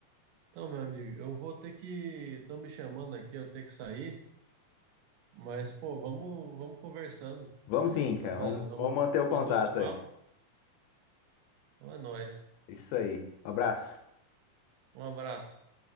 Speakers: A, on the right (about 85°); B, on the left (about 85°).
A: Então, meu amigo, eu vou ter que, estão me chamando aqui, eu tenho que sair, mas pô, vamos, vamos conversando.
B: Vamos sim,
A: A gente
B: cara.
A: vai fazer,
B: Vamos,
A: vamos
B: vamos manter o contato
A: bater outros papos.
B: aí.
A: Então é nóis.
B: Isso aí. Abraço.
A: Um abraço.